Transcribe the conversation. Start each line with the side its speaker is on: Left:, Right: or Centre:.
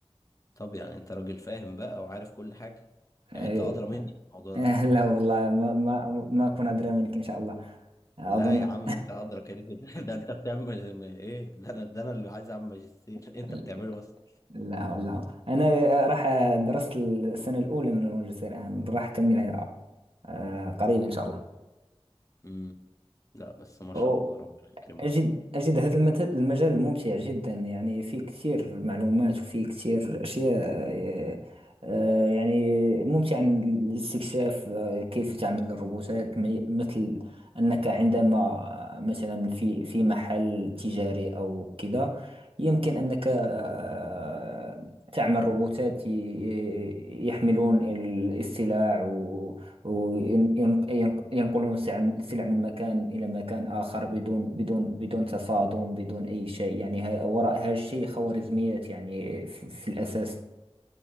Left: طب يعني أنت راجل فاهم بقى وعارف كل حاجة
Right: آه،
Left: يعني أنت أدرى مني
Right: <laughs>
Left: في الموضوع
Right: آه،
Left: ده
Right: لا والله ما ما ما أكون أدرى منك إن شاء الله أظن
Left: لا يا عم أنت أدرى كده كده <laughs> ده أنت بتعمل إيه ده أنا ده أنا اللي عايز أعمل ماجستير
Right: <laughs>
Left: <laughs> أنت بتعمله أصلا
Right: لا لا انا راح درست السنه الاولى من الماجستير الان راح اكملها آه، قريب ان شاء
Left: امم لا بس ما
Right: الله
Left: شاء الله ربنا يكرمك
Right: أجد أجد هذا المت- المجال ممتع جدا يعني فيه كثير معلومات وفيه كثير أشياء آه، آه، يعني ممتع الاستكشاف آه، كيف تعمل الروبوتات مي- مثل أنك عندما آه، مثلا في في محل تجاري أو كذا يمكن أنك آه، تعمل روبوتات ي- يحملون السلع وينقلون السلع من مكان إلى مكان آخر بدون بدون بدون تصادم بدون أي شيء يعني ها- وراء هذا الشيء خوارزميات يعني في في الأساس